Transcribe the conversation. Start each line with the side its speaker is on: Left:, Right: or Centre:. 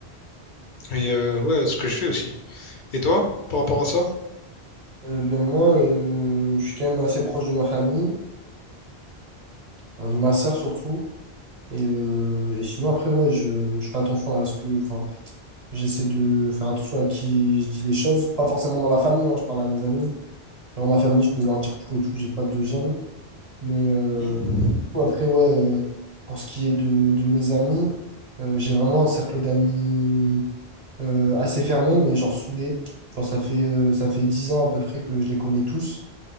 Left: Et euh, ouais, ce que je fais aussi. Et toi, par rapport à ça?
Right: Euh, ben moi, euh, je suis quand même assez proche de ma famille, euh, ma sœur surtout. Et, euh, et sinon, après, ouais, je, je fais attention à ce que... enfin J'essaie de faire attention à qui je dis les choses. Pas forcément dans la famille, hein, je parle à mes amis. Dans ma famille, je peux leur dire tout et tout, j'ai pas de gêne. Mais euh,
Left: Hmm.
Right: du coup, après, ouais, euh, pour ce qui est de, de mes amis, euh, j'ai vraiment un cercle d'amis euh, assez fermé, mais genre soudé. Genre, ça fait, euh, ça fait 10 ans à peu près que je les connais tous.